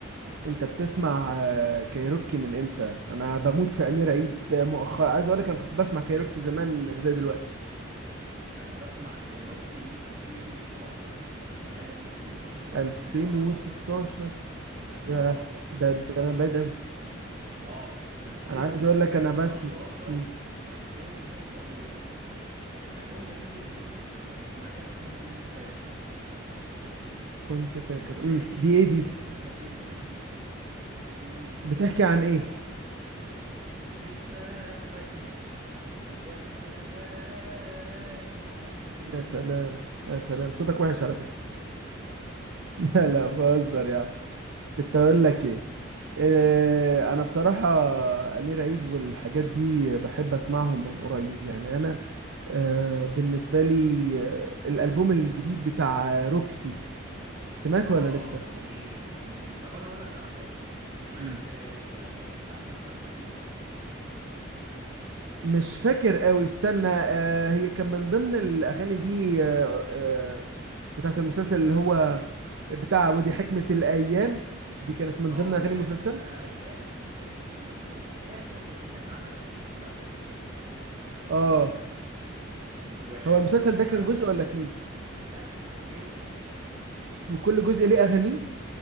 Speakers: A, on the right; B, on the right.
A: أنت بتسمع آه، كايروكي من إمتى؟ أنا بموت في أمير عيد مؤخرا عايز أقول لك أنا كنت بسمع كايروكي زمان زي دلوقتي
B: انا بسمع كايروكي من 2016 ايوه من 2016 كده
A: 2016
B: 2017 2017
A: ياه ده ده
B: اكتر
A: من بعيد أوي
B: اه نزلوا
A: أنا عايز
B: في
A: أقول
B: 2017
A: لك أنا بسمع مم.
B: البوم نقطة بيضاء الالبوم ده فيه اغنية لو سمعتها اسمها كنت فاكر
A: كنت فاكر
B: الاغنية
A: مم.
B: دي
A: دي
B: كانت
A: إيه دي؟
B: جامدة جدا كنت
A: بتحكي
B: فاكر
A: عن إيه؟
B: لسه بدري وتاري العمر بيجري
A: يا سلام يا سلام صوتك وحش على فكرة <laughs> لا لا بهزر يا عم كنت اقول لك ايه إيه، انا بصراحه امير عيد والحاجات دي بحب اسمعهم من قريب يعني انا
B: <laughs>
A: آه، بالنسبه لي آه، الالبوم الجديد بتاع روكسي سمعته
B: اه
A: ولا لسه
B: جميل جميل طب انا اقول لك على حاجه سمعت
A: مم.
B: آه، الاغاني بتاعت مسلسل ريفو
A: مش فاكر قوي استنى آه، هي كان من ضمن الاغاني دي آه، آه، بتاعت المسلسل اللي هو بتاع
B: انا
A: ودي
B: نجم
A: حكمة الايام دي كانت من
B: اه
A: ضمن
B: وحكمه
A: اغاني المسلسل
B: الايام وحكمه الايام كانت اخر اغنيه اتعملت في المسلسل
A: اه
B: و-
A: هو المسلسل
B: وفي
A: ده كان
B: أش
A: جزء
B: ال...
A: ولا اتنين
B: لا كان جزئين
A: وكل جزء ليه اغانيه